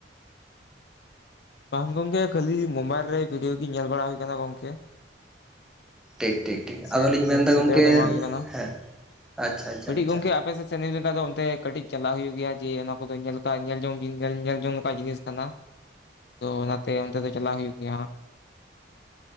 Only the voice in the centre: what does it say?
ᱴᱷᱤᱠ ᱴᱷᱤᱠ ᱴᱷᱤᱠ
ᱟᱫᱚᱞᱤᱧ ᱢᱮᱱᱫᱟ
ᱜᱚᱢᱠᱮ
ᱦᱮᱸ ᱟᱪᱪᱷᱟ ᱟᱪᱪᱷᱟ
ᱟᱪᱪᱷᱟ